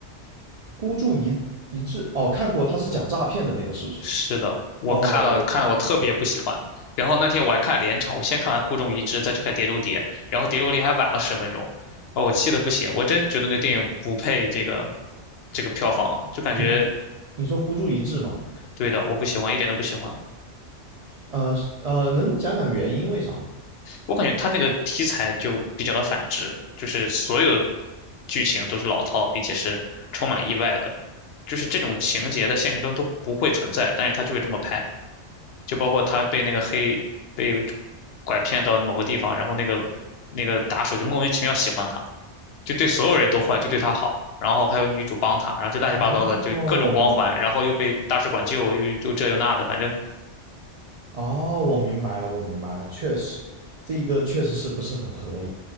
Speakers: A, on the right (about 60°); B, on the left (about 65°).
A: 孤注一一掷，哦，看过，他是讲诈骗的那个是不是？
B: 是的，我看了看了，
A: 哦，
B: 我特别不喜欢。然后那天我还看连场，我先看完《孤注一掷》，再去看《碟中谍》，然后《碟中谍》还晚了十分钟，哦，我气得不行，我真觉得那个电影不配这个这个票房，就感觉
A: 你你说孤注一掷吗？
B: 对的，我不喜欢，一点都不喜欢。
A: 呃呃，能讲讲原因为啥吗？
B: 我感觉他那个题材就比较的反直，就是所有剧情都是老套，并且是充满意外的，就是这种情节在现实中都不会存在，但是他就会这么拍。就包括他被那个黑被拐骗到某个地方，然后那个那个打手就莫名其妙喜欢他，就对所有人都坏，就对他好。然后还有女主帮他，然后就乱七八糟的，
A: 哦，
B: 就各种光环，
A: 我明，
B: 然后又被大使馆救，又又这又那的，反正
A: 哦，我明白了，我明白了，确实，这一个确实是不是很合理。